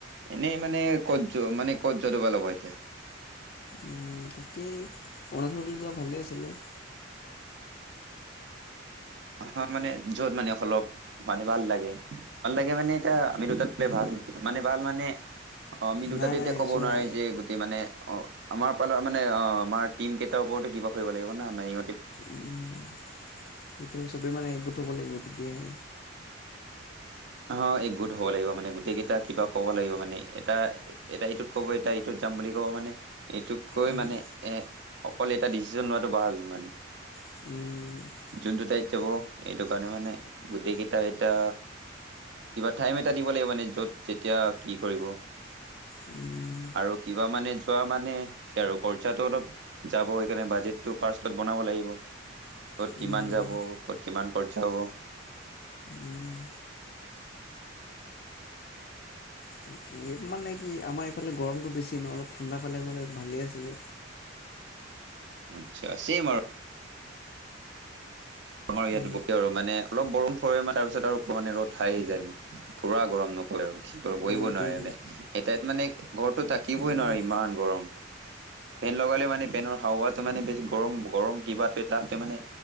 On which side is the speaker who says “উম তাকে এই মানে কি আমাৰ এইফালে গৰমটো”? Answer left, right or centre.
Left